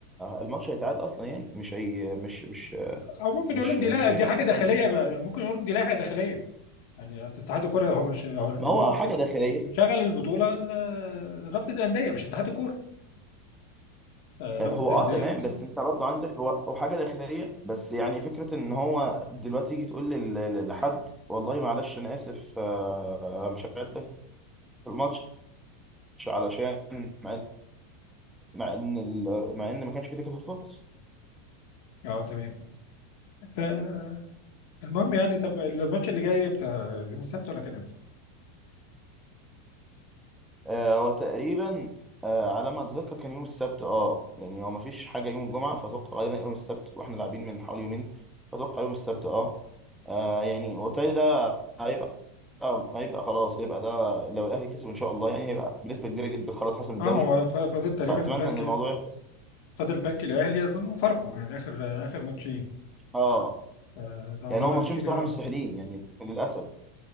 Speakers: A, in the centre; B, on the left.
A: الماتش هيتعاد اصلا يعني مش هي مش مش
B: او ممكن
A: مش
B: يقول لهم دي
A: مش
B: لا
A: هيحسب
B: دي حاجه داخليه بقى، ممكن يقول لهم دي لائحه داخليه يعني اصل اتحاد الكوره هو مش هو اللي
A: ما هو
B: اللي
A: آه، حاجه داخليه
B: مشغل البطوله ال- رابطه الانديه مش اتحاد الكوره آه،
A: آه،
B: رابطه
A: هو
B: الانديه
A: اه تمام
B: المسؤول
A: بس انت برضو عندك هو هو حاجه داخليه بس يعني فكره ان هو دلوقتي يجي تقول لل- لل- لحد والله معلش انا اسف آه، مش هعد لك الماتش علشان مع ان ال- مع ان ما كانش في تكافل فرص
B: اه تمام فالمهم يعني طب الماتش اللي جاي امتى؟ يوم السبت ولا كان امتى؟
A: آه، هو تقريبا آه، على ما اتذكر كان يوم السبت اه يعني هو ما فيش حاجه يوم الجمعه فاتوقع غالبا يوم السبت واحنا لاعبين من حوالي يومين فاتوقع يوم السبت اه آه، يعني وبالتالي ده هيبقى هيبقى خلاص هيبقى ده لو الاهلي كسب ان شاء الله يعني هيبقى بنسبه كبيره جدا خلاص حسم الدوري
B: اه هو ف- فاضل تقريبا
A: فاتمنى
B: البنك
A: ان الموضوع يخلص
B: فاضل البنك الاهلي اظن وفاركو يعني اخر اخر ماتشين
A: اه
B: آه، لو عملنا
A: يعني هو ماتشين
B: نتيجه
A: بصراحه
B: اه
A: مش سهلين يعني للاسف